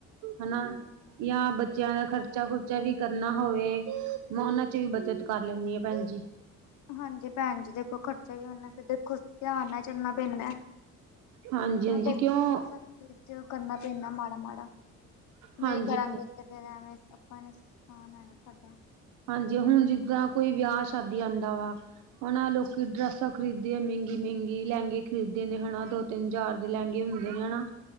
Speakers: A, on the right; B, on the left.
A: ਹਨਾ
B: ਹਾਂਜੀ-ਹਾਂਜੀ।
A: ਜਾਂ ਬੱਚਿਆਂ ਦਾ ਖਰਚਾ ਖੁਰਚਾ ਵੀ ਕਰਨਾ ਹੋਵੇ। ਮੈਂ ਓਨਾਂ 'ਚ ਵੀ ਬੱਚਤ ਕਰ ਲੈਂਣੀ ਆ ਭੈਣ ਜੀ।
B: ਹਾਂਜੀ ਭੈਣ ਜੀ ਦੇਖੋ ਖਰਚਾ ਵੀ ਓਨੇ, ਫੇਰ ਦੇਖੋ ਧਿਆਨ ਨਾਲ ਚੱਲਣਾ ਪੈਂਦਾ।
A: ਹਾਂਜੀ
B: ਹਨਾ
A: ਹਾਂਜੀ
B: ਦੇਖੋ
A: ਕਿਉਂ
B: ਸੱਬ ਚੀਜ਼ 'ਚ ਕਰਨਾ ਪੈਂਦਾ ਮਾੜਾ ਮਾੜਾ।
A: ਹਾਂਜੀ
B: ਨਈ ਕਰਾਂਗੇ ਤੇ ਫੇਰ ਐਵੇਂ ਆਪਾਂ ਨੁਕਸਾਨ ਹੈਗਾ ਸਾਡਾ।
A: ਹਾਂਜੀ ਹੁਣ ਜਿੱਦਾਂ ਕੋਈ ਵਿਆ ਸ਼ਾਦੀ ਆਂਦਾ ਵਾ। ਹਨਾ ਲੋਕੀ ਡਰੈਸਾਂ ਖਰੀਦੇ ਮੇਂਗੀ ਮੇਂਗੀ, ਲਹਿੰਗੇ ਖਰੀਦਦੇ ਨੇ ਹਨਾ ਦੋ ਤਿੰਨ ਜਾਰ ਦੇ ਲੈਂਗੇ ਹੁੰਦੇ ਨੇ ਹਨਾ,